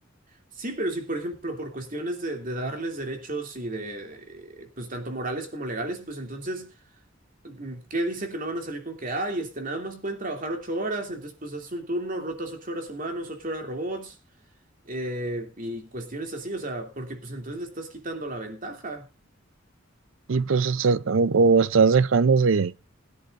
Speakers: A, on the right; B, on the right.
A: Sí, pero si, por ejemplo, por cuestiones de, de darles derechos y de, eh, pues, tanto morales como legales, pues entonces, mm, ¿qué dice que no van a salir con que, ay, este, nada más pueden trabajar ocho horas, entonces, pues, haces un turno, rotas ocho horas humanos, ocho horas robots, eh, y cuestiones así, o sea, porque, pues, entonces le estás quitando la ventaja.
B: y pues está- o, o estás dejando de,